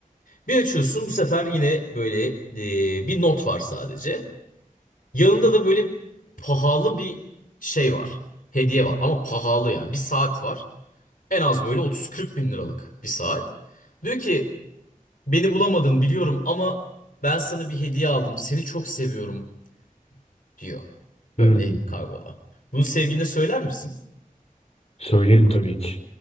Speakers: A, on the left; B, on the left.
A: Bir açıyorsun bu sefer yine böyle e, bir not var sadece. Yanında da böyle pahalı bir şey var. Hediye var ama pahalı ya. Bir saat var. En az böyle 30-40 bin liralık bir saat. Diyor ki beni bulamadın biliyorum ama ben sana bir hediye aldım. Seni çok seviyorum diyor.
B: Hı.
A: Böyle kavgada. Bunu sevgiline söyler misin?
B: Söylerim tabii ki.